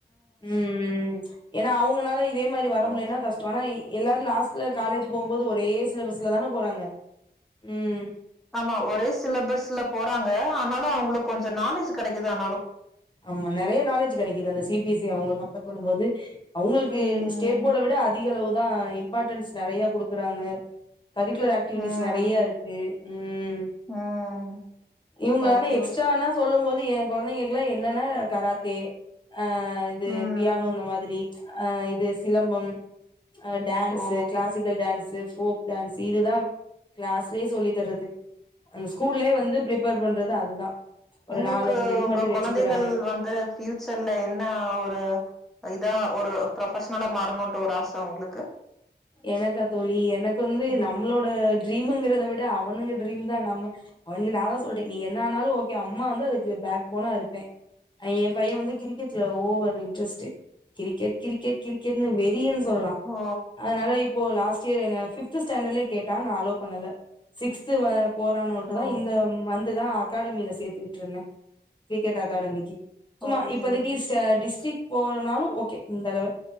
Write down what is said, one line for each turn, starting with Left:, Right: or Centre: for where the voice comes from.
Left: ம் ம் ஏனா அவுங்கனால இதே மாரி வரமுலேனா
Centre: ஓகே.
Left: கஷ் டோ ஆனா எல்லாரு லாஸ்ட்ல காலேஜ் போம்போது ஒரே சிலபஸ்லதான போறாங்க ம்
Centre: ஆமா ஒரே சிலபஸ்ல போறாங்க ஆனாலு அவுங்குளுக்கு கொஞ்ச நாலேஜ் கெடைக்குது ஆனாலு
Left: ஆமா நெறைய நாலேஜ் கெடைக்குது அந்த சி பி எஸ் இ அவுங்கள கம்பேர் பண்ணும் போது அவுங்களுக்கு
Centre: ம்.
Left: ஸ்டேட் போட விட அதிகளவுதா இம் ப்பாட்டன்ஸ் நெறைய குடுக்குறாங்க கரிக்குலர் ஆக் ட்டிவிட்டிஸ்
Centre: ம்.
Left: நெறைய இருக்கு ம்
Centre: ம்.
Left: இவுங்க
Centre: ஓகே,
Left: ஆனா எக்ஸ்ட்டா
Centre: ஓகே.
Left: ஆனா சொல்லும் போது எங் கொழந்தைங்களுக்லா என்னனா கராத்தே அ இது
Centre: ம்.
Left: பியானோ இந்த மாதிரி அ இது சிலம்பம் அ Dance
Centre: ஓ!
Left: classical dance folk dance இதுதா கிளாஸ்லே சொல்லி தர்றது அந்த ஸ்கூல்லே வந்து ப்ரிப் பேர் பண்றது அதுதா ஒரு
Centre: உங்ளுக்கு
Left: நாலஞ்சு இது
Centre: ஒங்க
Left: மட்டு வச்சுக்கிறாங்க
Centre: கொழந்தைகள் வந்து ஃப்யூச்சர்ல என்ன ஆவுற இதா ஒரு ப்ரொஃபஷனலா மாறணுன்ட்டு ஒரு ஆச உங்குளுக்கு
Left: எனக்கா தோழி எனக்கு வந்து
Centre: ம்
Left: நம்மளோட ட்ரீமுங்கறத விட அவனுங்க ட்ரீம் தா நம்ம அவனுக்கு நா அதா சொல்ட்டே நீ என்ன ஆனாலு ஓகே அம்மா வந்து அதுக்கு பேக் போனா இருப்பே அ ஏம்பைய வந்து கிரிக்கெட்ல ஓவர் இன்ட்ரெஸ்ட்டு கிரிக்கெட் கிரிக்கெட் கிரிக்கெட்னு வெறியன் சொல்லலா
Centre: ஓ
Left: அதனால இப்போ லாஸ்ட்டியர் என்ன பிஃப்த்து ஸ்டாண்டலே கேட்டா நா அலோ பண்ணல சிக்ஸ்த் வ போரானோட்டு
Centre: ஓ
Left: தா இந்த மந்துதா அக்காடமில சேத்து விட்ருந்தே கிரிக்கெட் அக்காடமிக்கு சும்மா
Centre: ஓகே
Left: இப்போதைக்கி
Centre: ஓகே
Left: ச டிஸ்ட்ரிக் போவன்னாலு ஓகே இந்தளவ